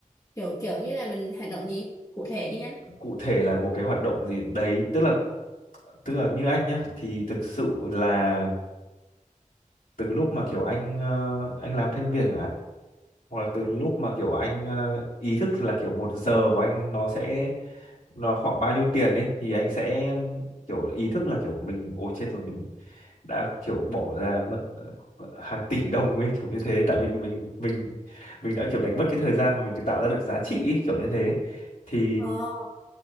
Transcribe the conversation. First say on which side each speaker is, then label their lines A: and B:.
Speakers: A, on the left; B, on the left.
A: kiểu kiểu như là mình hành động gì cụ thể đi anh
B: cụ thể là một cái hoạt động gì đấy tức là tức là như anh nhá thì thực sự là từ lúc mà kiểu anh ờ, anh làm thêm việc hoặc là từ lúc mà kiểu anh ờ, ý thức là kiểu một giờ của anh nó sẽ nó khoảng bao nhiêu tiền ấy thì anh sẽ um, kiểu ý thức là kiểu mình ôi chết rồi mình đã kiểu bỏ ra mất ờ, hàng tỷ đồng ấy kiểu như thế tại vì mình mình mình đã kiểu đánh mất cái thời gian mà mình tạo ra được giá trị ấy, kiểu như thế thì
A: Ờ,